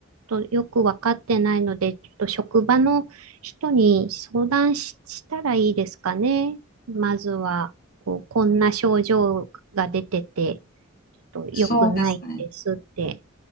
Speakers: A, on the right; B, on the left.
A: とよく分かってないので、ちょっと職場の人に相談し、したらいいですかね。まずは、こう、こんな症状が出てて、ちょっと良くないですって。
B: そうですね。